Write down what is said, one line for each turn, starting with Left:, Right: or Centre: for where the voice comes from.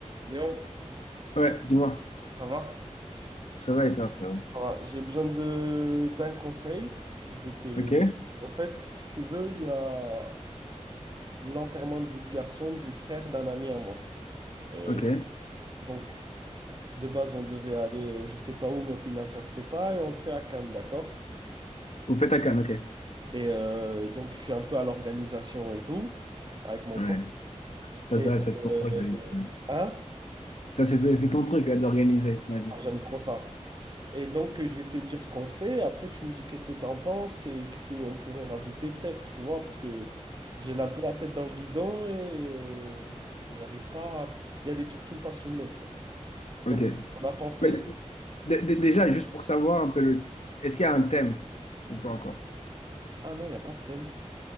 Right: Léon,
Left: Ouais, dis-moi,
Right: ça va?
Left: ça va et toi, frérot?
Right: Ça va. J'ai besoin de d'un conseil. Je vais te.
Left: Ok,
Right: Au fait, si tu veux, il y a l'enterrement de vie de garçon du frère d'un ami à moi. Euh,
Left: ok.
Right: donc, de base, on devait aller, euh, je sais pas où, mais au final, ça se fait pas et on le fait à Cannes, d'accord?
Left: Vous faites à Cannes, ok.
Right: Et euh, donc, je suis un peu à l'organisation et tout avec mon
Left: Ouais,
Right: pote.
Left: ça,
Right: Et
Left: ça, ça c'est
Right: euh,
Left: ton rôle d'habitude.
Right: hein?
Left: Ça, c'est c'est- c'est ton truc là d'organiser, tu m'as dit.
Right: Ah, J'aime trop ça. Et donc, euh, je vais te dire ce qu'on fait. Après, tu me dis qu'est-ce que tu en penses, qu'est- qu'est-ce qu'on pourrait rajouter peut-être, tu vois, parce que j'ai un peu la tête dans le guidon et euh, j'arrive pas à... Il y a des trucs qui me passent sous le nez, tu vois. Donc,
Left: Ok.
Right: on a pensé,
Left: Mais d- d- déjà, juste pour savoir un peu le. Est-ce qu'il y a un thème ou pas encore?
Right: ah non, il n'y a pas de thème.